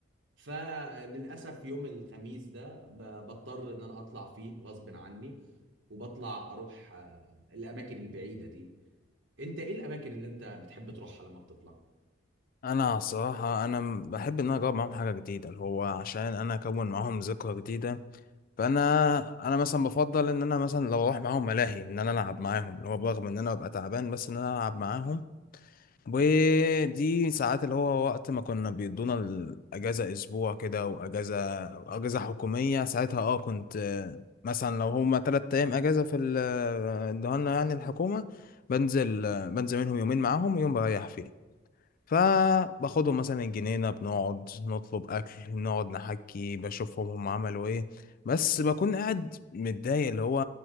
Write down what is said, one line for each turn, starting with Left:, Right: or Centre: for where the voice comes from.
Right: فللاسف يوم الخميس ده ب- بضطر ان انا اطلع فيه غصب عني وبطلع اروح آه، الاماكن البعيده دي انت ايه الاماكن اللي انت بتحب تروحها لما بتطلع
Left: انا صراحة انا م- بحب ان انا اجرب معاهم حاجة جديدة اللي هو عشان انا اكون معاهم ذكرى جديدة فانا انا مثلا بفضل ان انا مثلا لو اروح معاهم ملاهي ان انا العب معاهم اللي هو برغم ان انا ببقى تعبان بس ان انا العب معاهم ودي ساعات اللي هو وقت ما كنا بيدونا الأجازة أسبوع كده وأجازة أجازة حكومية ساعتها اه كنت آه، مثلا لو هما تلات أيام أجازة في ال- آه، ادوها لنا يعني الحكومة بنزل آه، بنزل منهم يومين معاهم ويوم بريح فيه فباخدهم مثلا الجنينة بنقعد نطلب أكل نقعد نحكي بشوفهم هم عملوا إيه بس بكون قاعد متضايق اللي هو